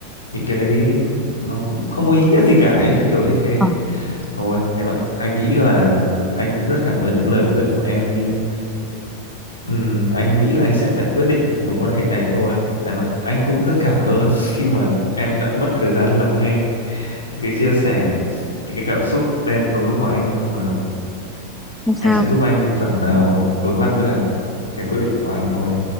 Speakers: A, on the left; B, in the centre.
A: những cái đấy nó cũng không có ý nghĩa gì cả ấy, kiểu như thế
B: Ờ,
A: thôi em ạ anh nghĩ là anh cũng rất cảm ơn những lời khuyên của em nhưng ừm, anh nghĩ là anh sẽ phải quyết định mối quan hệ này thôi em ạ anh cũng rất cảm ơn <laughs> khi mà em đã mất thời gian lắng nghe những cái chia sẻ những cái cảm xúc đen tối của anh nhưng mà
B: không sao
A: em sẽ giúp anh phần nào đối mặt với cả cái quyết định của anh thôi